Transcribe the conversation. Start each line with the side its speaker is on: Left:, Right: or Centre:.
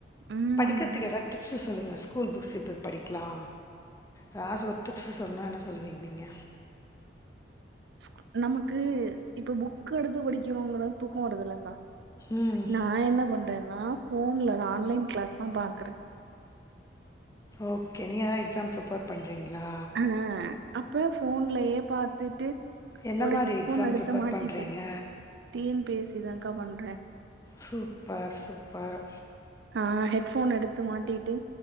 Right: ம்
Left: படிக்கற்த்துக் எதா டிப்ஸு சொல்லுங்களே ஸ்கூல் புக்ஸ் எப்பிட் படிக்லா எதாஸ் ஒர் டிப்ஸு சொல்னா என்ன சொல்லுவீங் நீங்க
Right: ஸ்கூ அ நமக்கு இப்ப புக் எடுத்து படிக்கிறோங்றது தூக்கோ வருதுல்லக்கா
Left: ம்
Right: நா என்ன பண்றேன்னா ஃபோன்ல அது ஆன்லைன் கிளாஸ் தா பாக்கறே
Left: ஓகே நீங்க எதா எக்ஸாம் ப்ரிப்பேர் பண்றீங்ளா
Right: ம் அப்ப ஃபோன்லயே பாத்துட்டு
Left: என்ன
Right: ஒரு
Left: மாதிரி
Right: ஹெட்ஃபோன்
Left: எக்ஸாம்
Right: எடுத்து
Left: ப்ரிப்பேர்
Right: மாட்டிப்பே
Left: பண்ணுறீங்க
Right: T N P S C தாங்க்கா பண்றே
Left: சூப்பர் சூப்பர்
Right: ஆ ஹெட்ஃபோன் எடுத்து மாட்டிட்டு